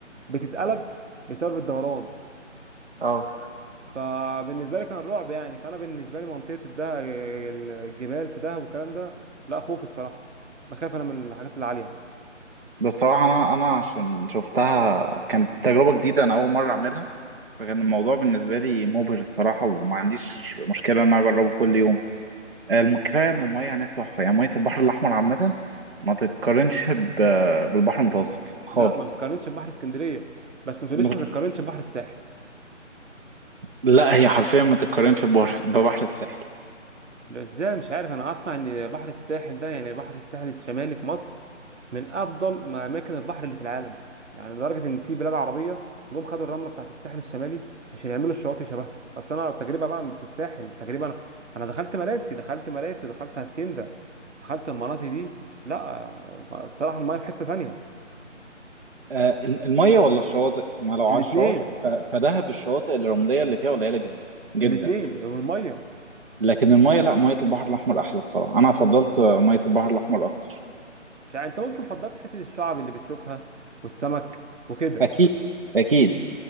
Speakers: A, on the right; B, on the right.
A: بتتقلب بسبب الدوران
B: اه
A: فبالنسبه لي كان رعب يعني فانا بالنسبه لي منطقه الده الجبال في دهب والكلام ده لا خوف الصراحه بخاف انا من الحاجات العاليه
B: بصراحه انا انا عشان شفتها كانت تجربه جديده انا اول مره اعملها فكان الموضوع بالنسبة لي مبهر الصراحة وما عنديش مشكلة إن أنا أجربه كل يوم آه، الم- كفاية إن المية هناك تحفة يعني مية البحر الأحمر عامة ما تتقارنش ب- بالبحر المتوسط خالص
A: لا ما بتقارنش ببحر اسكندريه بس ما تقوليش
B: ما
A: ما
B: تت-
A: تقارنش ببحر الساحل
B: لا هي حرفيا ما تتقارنش ببحر ببحر الساحل
A: ده ازاي مش عارف انا اسمع ان بحر الساحل ده يعني بحر الساحل الشمالي في مصر من افضل ما اماكن البحر اللي في العالم يعني لدرجه ان في بلاد عربيه جم خدوا الرمله بتاعت الساحل الشمالي عشان يعملوا الشواطئ شبهها بس انا التجربه بقى في الساحل تجربه انا انا دخلت مراسي دخلت مراسي ودخلت هاسيندا دخلت المناطق دي لا آه، الصراحه المايه في حته تانية
B: آه، المية ولا الشواطئ ما لو على
A: الاثنين
B: الشواطئ ف- فدهب الشواطئ الرملية اللي فيها قليلة جدا جدا
A: الاثنين والميه
B: لكن المية لا مية البحر الأحمر أحلى الصراحة أنا فضلت آه، مية البحر الأحمر أكتر
A: مش عارف انت ممكن فضلت حته الشعب اللي بتشوفها والسمك وكده
B: أكيد أكيد